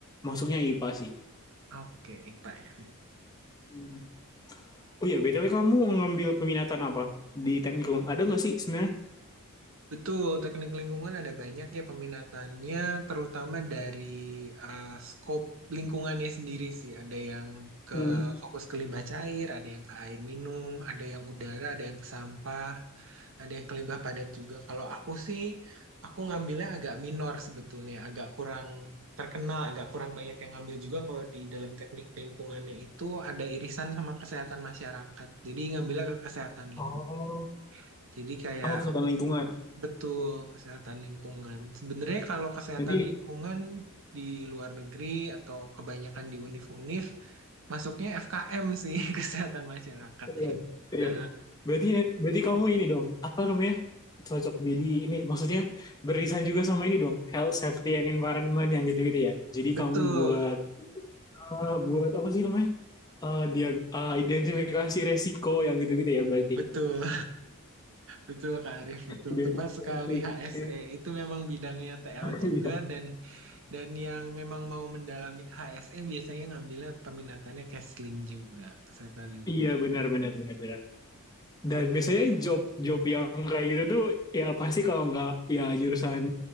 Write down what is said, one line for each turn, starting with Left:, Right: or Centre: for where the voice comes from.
Left: masuknya IPA sih.
Right: Oke, IPA ya.
Left: Hmm. Oh iya, BTW kamu ngambil peminatan apa? Di teknik lingkungan? Ada nggak sih sebenarnya?
Right: Betul, teknik lingkungan ada banyak ya peminatannya, terutama dari eh, skop lingkungannya sendiri sih. Ada yang ke
Left: Hmm.
Right: fokus ke limbah cair, ada yang ke air minum, ada yang udara, ada yang ke sampah, ada yang kelibah padat juga. Kalau aku sih, aku ngambilnya agak minor sebetulnya, agak kurang terkenal, agak kurang banyak yang ngambil juga kalau di dalam teknik lingkungannya itu ada irisan sama kesehatan masyarakat. Jadi ngambilnya ke kesehatan lingkungan.
Left: Oh,
Right: Jadi kayak
Left: oh kesehatan lingkungan.
Right: betul kesehatan lingkungan. Sebenarnya kalau kesehatan
Left: Nanti
Right: lingkungan di luar negeri atau kebanyakan di univ-univ masuknya FKM sih <laughs> kesehatan masyarakat.
Left: iya, iya.
Right: Nah,
Left: Berarti berarti kamu ini dong, apa namanya? Cocok jadi ini maksudnya beririsan juga sama ini dong, health, safety and environment yang gitu-gitu ya. Jadi
Right: betul,
Left: kamu buat eh, buat apa sih namanya? Eh dia eh, identifikasi resiko yang gitu-gitu ya berarti.
Right: betul. Betul Kak Arif, betul.
Left: Identifikasi.
Right: Tepat sekali
Left: <laughs>
Right: HSE. Itu memang bidangnya TL
Left: Iya,
Right: juga dan dan yang memang mau mendalami ke HSE biasanya ngambilnya peminatannya Kesling juga, kesehatan lingkungan.
Left: iya benar benar benar benar. dan biasanya job job yang kayak gitu tuh ya pasti kalau nggak ya jurusan